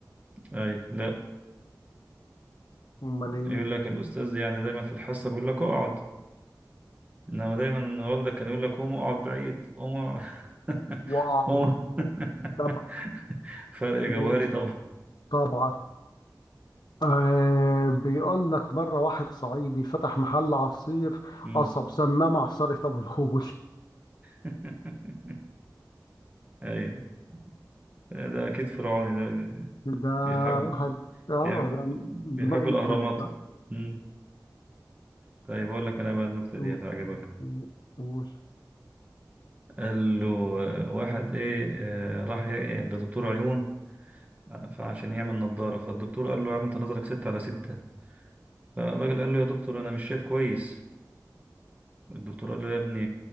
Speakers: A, on the right (about 20°); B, on the left (about 85°).
A: اي لا
B: امال ايه
A: يقول لك الاستاذ يعني دايما في الحصه بيقول لك اقعد انما دايما ان والدك كان يقول لك قوم اقعد بعيد قوم أقعد- <laughs>
B: واو
A: قوم <laughs>
B: طب
A: فرق
B: ماشي
A: جوهري طبعا
B: طبعا آه بيقول لك مرة واحد صعيدي فتح محل عصير
A: مم.
B: قصب سماه معصرة أبو الهول
A: <laughs> ايوه ده اكيد فرعوني ده
B: ده
A: بيحب
B: واحد اه
A: بيحب
B: ده
A: بيحب
B: دماغه
A: الاهرامات
B: متكلفة
A: مم. طيب اقول لك انا بقى النكته
B: و-
A: دي هتعجبك
B: و- وقول
A: قال له آه، واحد ايه آه، راح ي- إيه، لدكتور عيون فعشان يعمل نظارة فالدكتور قال له يا عم انت نظرك ستة على ستة فالراجل قال له يا دكتور انا مش شايف كويس الدكتور قال له يا ابني